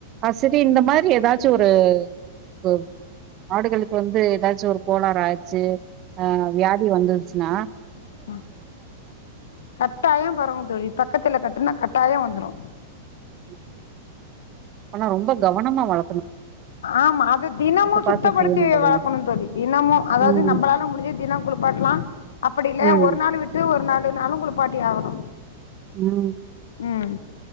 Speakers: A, on the right (about 35°); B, on the left (about 80°).
A: அது செரி இந்த மாதிரி எதாச்சு ஒரு ஒரு மாடுகளுக்கு வந்து எதாச்சு ஒரு கோளறு ஆச்சு ஆஹ் வியாதி வந்துருச்சு னா
B: உம் கட்டாய பரவு தோழி பக்கத்துல கட்டுனா கட்டாய வந்துரு
A: உம் ஆனா ரொம்ப கவனமா வள
B: ஆமா அத தினமு
A: பாத்து
B: சுத்தப்படுத்தி
A: செய்யணும் போலயே
B: வளக்கணும் தோழி தினமு அதாவ்து
A: ம்
B: நம்பளால முடிஞ்சு தின குளிப்பாட்லா அப்டி இல்லயா
A: ம்
B: ஒரு நாள் விட்டு ஒரு நாள் நாளு குளிப்பாட்டி ஆகணு
A: உம்
B: உம்